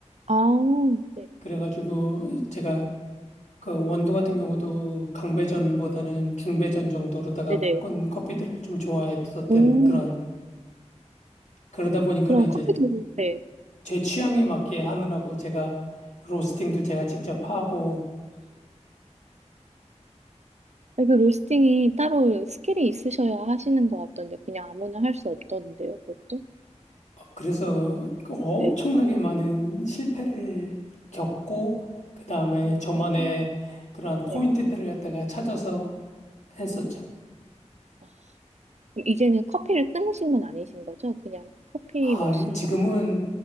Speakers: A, on the right; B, on the left.
A: 아, 네.
B: 그래가지고 제가 그 원두 같은 경우도 강배전보다는 중배전 정도로다가
A: 네네.
B: 볶은 커피들을 좀 좋아했었던
A: 오,
B: 그런, 그러다 보니까는
A: 그럼
B: 이제
A: 커피도, 네.
B: 제 취향에 맞게 하느라고 제가 로스팅도 제가 직접 하고,
A: 아, 그 로스팅이 따로 스킬이 있으셔야 하시는 것 같던데, 그냥 아무나 할 수 없던데요, 그것도?
B: 그래서 그 엄청나게
A: 네.
B: 많은 실패를 겪고, 그 다음에
A: 음,
B: 저만의 그러한 포인트들을
A: 네.
B: 갖다가 찾아서 했었죠.
A: 아, 그럼 이제는 커피를 끊으신 건 아니신 거죠? 그냥 커피
B: 아,
A: 머신.
B: 지금은